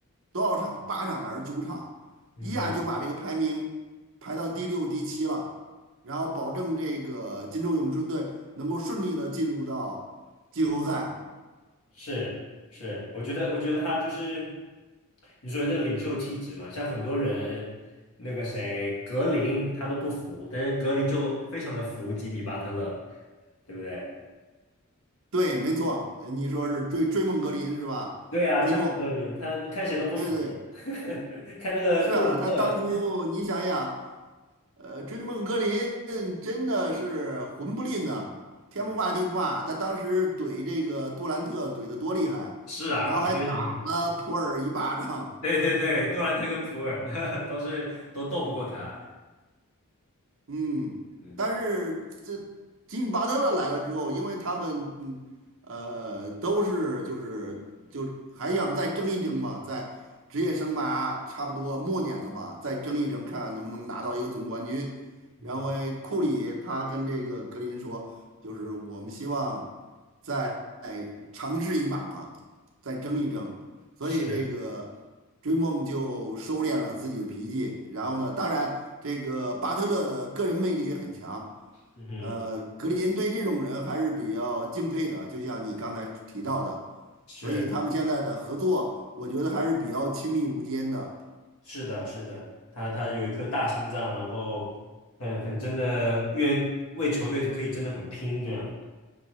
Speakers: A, on the right (about 60°); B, on the left (about 70°).
A: 多少场？八场还是九场？
B: 嗯哼，
A: 一下就把这个排名排到第六、第七了。然后保证这个金州勇顺队能够顺利的进入到季后赛。
B: 是是，我觉得，我觉得他就是你说的这个领袖气质嘛，像很多人，那个谁，格林他都不服，但是格林就非常的服吉米巴特勒，对不对？
A: 对，没错，呃你说是追追梦格林是吧？
B: 对啊，
A: 追梦，
B: 追梦格林，他看谁都不服，
A: 对对，
B: <laughs> 看那个杜兰特，
A: 是啊，他当初你想想。呃，追梦格林真的是魂不吝呐、天不怕地不怕。
B: 嗯
A: 他当时怼这个杜兰特怼得多厉害，
B: 是啊，
A: 然后还打了普尔一巴掌，
B: 我觉是对对对，杜兰特跟普尔 <laughs> 都是都斗不过他，
A: 嗯，
B: 嗯
A: 但是这金巴德勒来了之后，因为他们呃都是就是就还想再争一争嘛，在职业生涯差不多末年了吧，再争一争，看看能不能拿到一个总冠军。
B: 嗯哼，
A: 然后诶库里他跟这个格林说，就是我们希望再尝试一把嘛，再争一争。所以这个。
B: 是，
A: 追梦就收敛了自己的脾气，然后呢，当然这个巴特勒的个人魅力也很强，
B: 嗯哼，
A: 呃，格林对这种人还是比较敬佩的，就像你刚才提到的，
B: 是。
A: 所以他们现在的合作，我觉得还是比较亲密无间的，
B: 是的，是的，他他有一颗大心脏，然后很很真的愿为球队可以真的很拼这样。